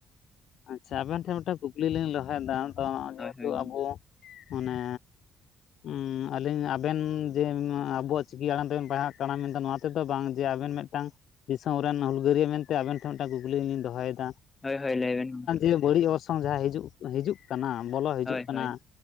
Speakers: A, on the left (about 60°); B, on the left (about 20°).
A: ᱟᱪᱷᱟᱹ ᱟᱸᱵᱮᱱ ᱴᱷᱮᱱ ᱢᱤᱫᱹᱴᱮᱱ ᱠᱩᱠᱞᱤ ᱞᱤᱧ ᱨᱚᱦᱚᱭᱟ ᱛᱚ ᱡᱮᱦᱮᱛᱩ
B: ᱦᱳᱭ ᱦᱳᱭ
A: ᱟᱸᱵᱚ ᱢᱟᱱᱮᱹ ᱚᱸ ᱟᱹᱞᱤᱧ ᱟᱸᱵᱮᱱ ᱡᱮ ᱟᱸᱵᱚᱹᱣᱟᱜ ᱪᱤᱠᱤ ᱟᱲᱟᱝ ᱛᱮᱹᱵᱮᱱ ᱯᱟᱭᱦᱟᱼᱜ ᱠᱟᱱᱟᱹ ᱢᱮᱱᱹᱫᱟ ᱱᱚᱣᱟᱹ ᱛᱮᱫᱚ ᱵᱟᱝ ᱡᱮ ᱟᱸᱵᱮᱱ ᱢᱤᱫᱹᱴᱟᱝ ᱫᱤᱥᱚᱢ ᱨᱮᱱ ᱦᱩᱞᱜᱟᱹᱨᱭᱟᱹ ᱢᱮᱱᱹᱛᱮ ᱟᱸᱵᱮᱱ ᱴᱷᱮᱱ ᱢᱤᱫᱹᱴᱟᱝ ᱠᱩᱠᱞᱤ ᱞᱤᱧ ᱫᱚᱹᱦᱚᱭᱸᱮᱫᱟ᱾
B: ᱦᱳᱭᱸ ᱦᱳ ᱞᱟᱹᱭᱸᱵᱮ ᱜᱚᱢᱠᱮ
A: ᱵᱟᱹᱲᱤᱡ ᱚᱨᱥᱚᱝ ᱡᱟᱦᱟᱸ ᱦᱤᱡᱩᱜ ᱦᱤᱡᱩᱜ ᱠᱟᱱᱟᱹ ᱵᱚᱞᱚ ᱦᱤᱡᱩᱜ
B: ᱦᱳᱭ
A: ᱠᱟᱱᱟᱹ
B: ᱦᱳᱭ